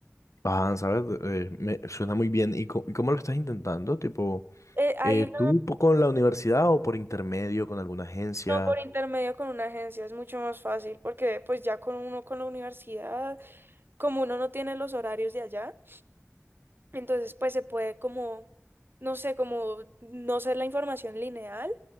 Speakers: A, on the left; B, on the right.
A: Ah, ¿sabes? Eh, me suena muy bien. ¿Y, co- y cómo lo estás intentando? Tipo,
B: Eh, hay
A: eh,
B: una
A: ¿tú po- con la universidad o por intermedio con alguna agencia?
B: no por intermedio con una agencia, es mucho más fácil porque pues ya con uno con la universidad. como uno no tiene los horarios de allá, entonces pues se puede como, no sé, como no ser la información lineal.